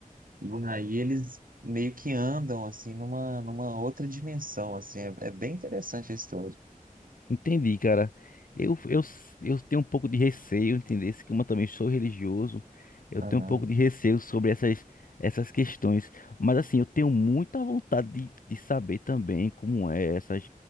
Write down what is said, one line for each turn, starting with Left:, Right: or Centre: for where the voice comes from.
Right: e aí eles meio que andam assim numa, numa outra dimensão, assim, é, é bem interessante a história.
Left: Entendi, cara. Eu, eu, eu tenho um pouco de receio, entender se como eu também sou religioso, eu
Right: Aham,
Left: tenho um pouco de receio sobre essas, essas questões. Mas assim, eu tenho muita vontade de, de saber também como é essas